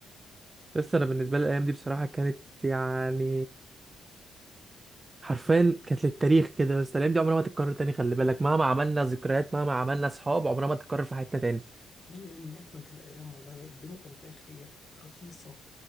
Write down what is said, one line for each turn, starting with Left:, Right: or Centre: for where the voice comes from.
Right: بس انا بالنسبه لي الايام دي بصراحه كانت يعني حرفيا كانت للتاريخ كده بس الايام دي عمرها ما تتكرر تاني خلي بالك مهما عملنا ذكريات مهما عملنا اصحاب عمرها ما تتكرر في حياتنا تاني
Left: ايه يا ابني اجمد الايام والله الدنيا كان فيها خير رخيصه